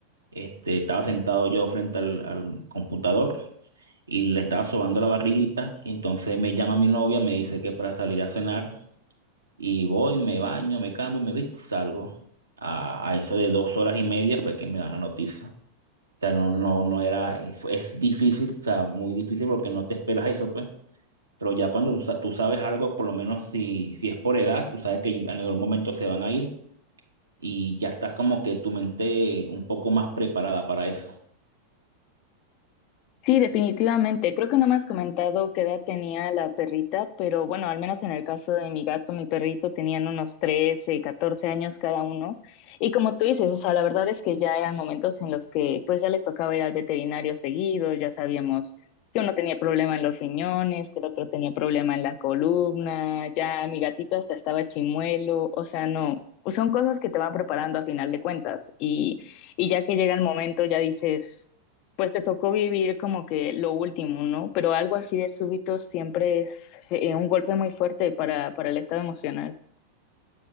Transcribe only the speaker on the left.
Sí, definitivamente. Creo que no me has comentado qué edad tenía la perrita, pero bueno, al menos en el caso de mi gato, mi perrito tenían unos 13, 14 años cada uno. Y como tú dices, o sea, la verdad es que ya eran momentos en los que pues ya les tocaba ir al veterinario seguido, ya sabíamos que uno tenía problema en los riñones, que el otro tenía problema en la columna, ya mi gatito hasta estaba chimuelo, o sea, no, son cosas que te van preparando a final de cuentas. Y, y ya que llega el momento, ya dices pues te tocó vivir como que lo último, ¿no? Pero algo así de súbito siempre es eh, un golpe muy fuerte para, para el estado emocional.